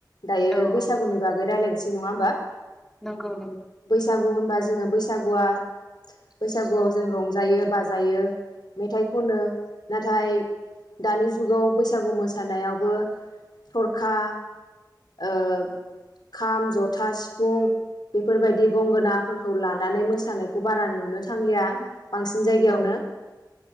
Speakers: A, on the left; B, in the centre.
A: दायो
B: औ
A: बैसागुनि
B: औ
A: बागै रायलायनोसै नङा होमबा
B: नंगौ नंगौ
A: बैसागु होनबा जोङो बैसागुआ बैसागुआव जों रंजायो बाजायो मेथाइ खनो नाथाय दानि जुगाव बैसागु मोसानायावबो थरखा ओ खाम जथा सिफुं बेफोरबायदि गंगोनाफोरखौ लानानै मोसानायखौ बारा नुनो थांलिया बांसिन जायगायावनो
B: औ